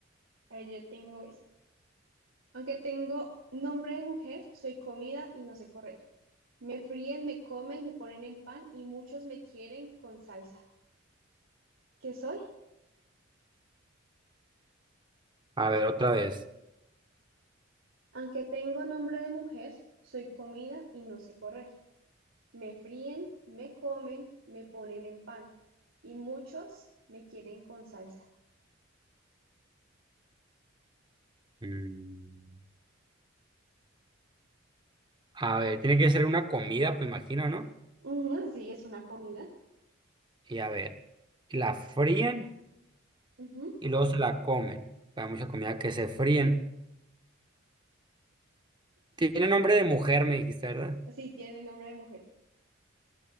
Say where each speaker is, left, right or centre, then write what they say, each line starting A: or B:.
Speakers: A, on the right; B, on the right.
A: A ver, yo tengo esta. Aunque tengo nombre de mujer, soy comida y no sé correr. Me fríen, me comen, me ponen en pan y muchos me quieren con salsa. ¿Qué soy?
B: A ver, otra vez.
A: Aunque tengo nombre de mujer, soy comida y no sé correr. Me fríen, me comen, me ponen en pan y muchos me quieren con salsa.
B: Mm, a ver, tiene que ser una comida, pues imagino, ¿no?
A: Ujú, sí, es una comida.
B: Y a ver, ¿la fríen?
A: Ujú.
B: y luego se la comen. Hay mucha comida que se fríen. Tiene nombre de mujer, me dijiste, ¿verdad?
A: Sí, tiene nombre de mujer.